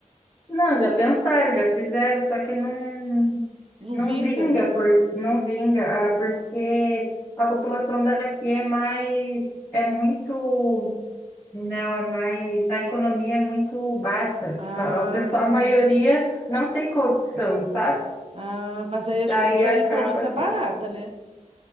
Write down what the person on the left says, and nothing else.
Não, já pensaram, já fizeram, só que não,
não
vinga, por, não vinga, ah, porque a população daqui é mais... É muito Não, é mais. A economia é muito baixa.
Tipo, a- o pessoal, a maioria não tem condição, sabe?
Daí
acaba
que